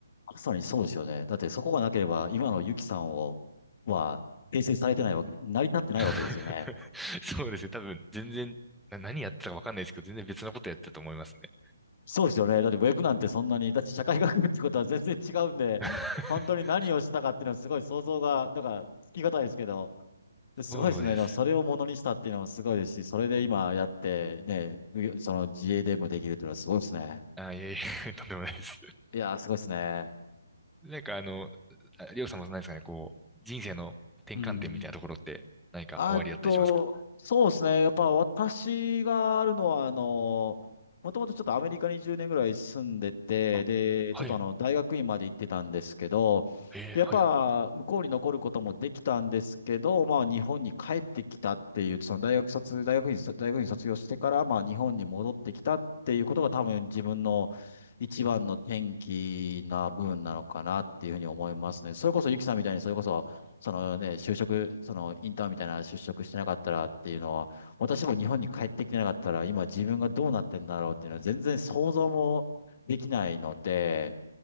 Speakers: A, on the left; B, in the centre.
A: まさにそうですよね。だってそこがなければ、今のユキさんを、は、形成されてないわけ、成り立ってないわけですよね。
B: <laughs> そうですね。多分、全然、な何やってたかわかんないですけど、全然別のことやってたと思いますね。
A: そうですよね。だってウェブなんてそんなに、だって社会学部ってことは全然違うんで、
B: <laughs>
A: 本当に何をしたかっていうのはすごい想像が、だからつきがたいですけど、すごいですね。
B: そうです。
A: でもそれをものにしたっていうのもすごいですし、それで今やってね、その自営でもできるっていうのはすごいですね。
B: あ、いえいえ、<laughs> とんでもないです。
A: いやー、すごいですね。
B: なんかあの、ありょうさんも何ですかね、こう、人生の転換点みたいなところって何か終わりだったりしますか
A: うん。あと、そうですね。やっぱ私があるのは、あの、もともとちょっとアメリカに10年ぐらい住んでて、
B: あ、
A: で、
B: はい。
A: ちょっとあの、大学院まで行ってたんですけど、
B: えー、
A: で、やっぱ向こうに残ることもできたんですけど、
B: はいはい。
A: まあ日本に帰ってきたっていう、その大学卒、大学院、大学院卒業してから、まあ日本に戻ってきたっていうことが多分自分の一番の転機な部分なのかなっていうふうに思いますね。それこそゆきさんみたいに、それこそそのね、就職、そのインターンみたいな就職してなかったらっていうのは、私も日本に帰ってきてなかったら、今自分がどうなってんだろうっていうのは全然想像もできないので、